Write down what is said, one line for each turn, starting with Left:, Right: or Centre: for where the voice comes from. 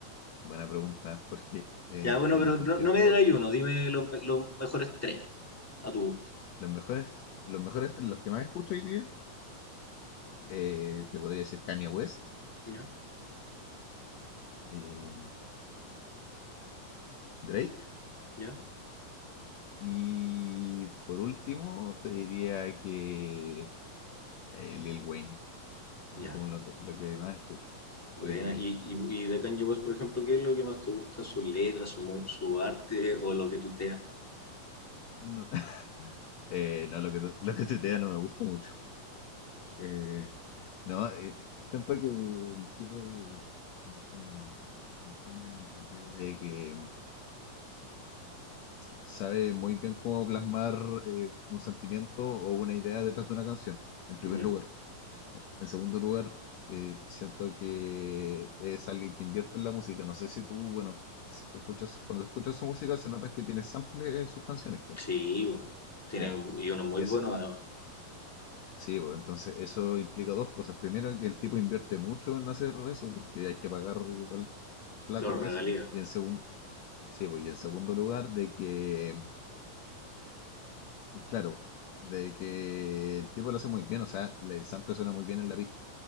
Left: buena pregunta, porque eh,
Centre: Ya, bueno,
Left: durante
Centre: pero no,
Left: un tiempo
Centre: no me digas uno, dime los, me- los mejores tres a tu gusto.
Left: los mejores, los mejores, los que más escucho hoy día, eh, te podría decir Kanye West,
Centre: Ya,
Left: eh, Drake.
Centre: ya,
Left: Y por último, te diría que eh, Lil Wayne.
Centre: ya.
Left: Es como lo, lo que más escucho
Centre: Buena.
Left: hoy en día.
Centre: Y, y, y de Kanye West, por ejemplo, ¿qué es lo que más te gusta? ¿Su letra, su, mu- su arte o lo que tutea?
Left: No, <laughs> eh, no, lo que, tu- lo que tuitea no me gusta mucho. Eh, no, eh, siento que el tipo de un, un genio en el sentido de que mm, sabe muy bien cómo plasmar eh, un sentimiento o una idea detrás de una canción, en primer
Centre: Ya.
Left: lugar. En segundo lugar, eh, siento que es alguien que invierte en la música. No sé si tú, bueno, s- escuchas, cuando escuchas su música se nota que tiene sample en sus canciones, pues.
Centre: Sí, bo. tiene
Left: Ya,
Centre: un- y uno muy
Left: ese,
Centre: bueno además,
Left: sí, pues, entonces eso implica dos cosas. Primero, que el tipo invierte mucho en hacer eso, porque hay que pagar igual plata
Centre: claro,
Left: para
Centre: regalía.
Left: eso. Y en segundo, sí, pues, y en segundo lugar, de que, claro, de que el tipo lo hace muy bien, o sea, la- el sample suena muy bien en la pista.